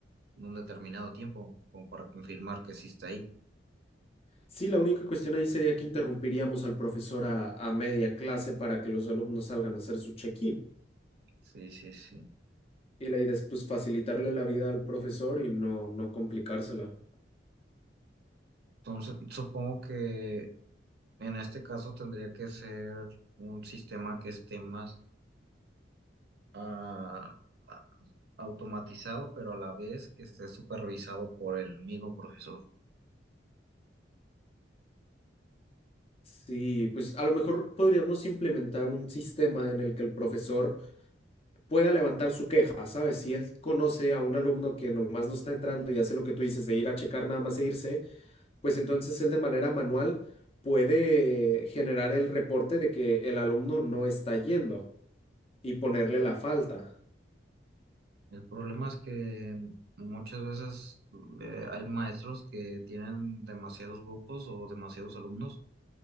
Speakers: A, on the right; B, on the left.
A: un determinado tiempo, como para confirmar que sí está ahí.
B: Sí, la única cuestión ahí sería que interrumpiríamos al profesor a, a media clase para que los alumnos salgan a hacer su check-in.
A: Sí, sí, sí.
B: Y la idea es pues facilitarle la vida al profesor y no, no complicársela.
A: Entonces, supongo que en este caso tendría que ser un sistema que esté más ah, a- automatizado, pero a la vez que esté supervisado por el mismo profesor.
B: Sí, pues a lo mejor podríamos implementar un sistema en el que el profesor pueda levantar su queja, ¿sabes? Si él conoce a un alumno que nomás no está entrando y hace lo que tú dices de ir a checar nada más e irse, pues entonces él de manera manual puede generar el reporte de que el alumno no está yendo y ponerle la falta.
A: El problema es que muchas veces eh, hay maestros que tienen demasiados grupos o demasiados alumnos